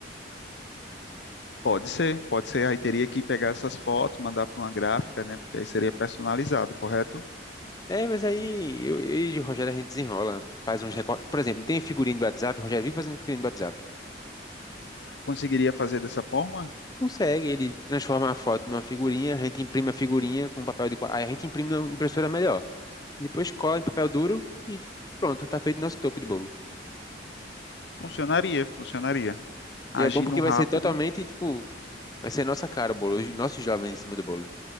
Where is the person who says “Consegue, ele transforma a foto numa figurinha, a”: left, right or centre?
Left